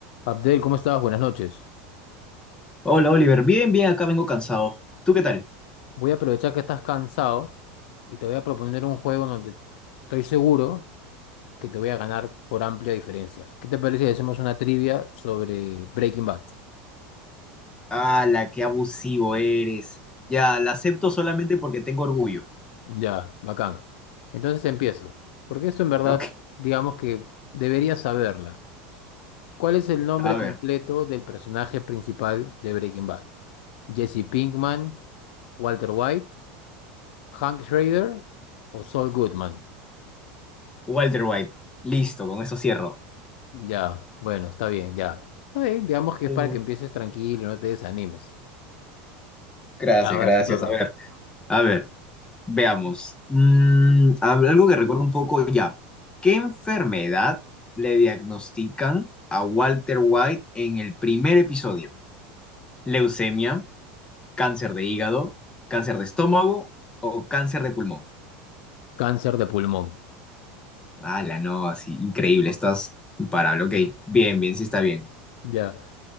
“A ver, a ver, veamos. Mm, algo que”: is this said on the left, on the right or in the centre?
Left